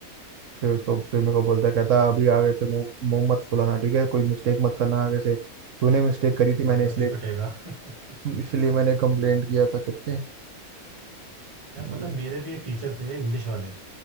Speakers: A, on the right; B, on the right.
A: फिर उसको फिर मेरे को बोलता है, कहता अभी आगे से मुंह मुंह मत फुलाना ठीक है कोई मिस्टेक मत करना आगे से तूने मिस्टेक करी
B: हाँ,
A: थी मैंने
B: वरना
A: इसलिए
B: फिर पिटेगा <laughs>
A: इसलिए मैंने कंप्लेंट किया था करके
B: यार
A: वही।
B: पता है मेरे भी एक टीचर थे इंग्लिश वाले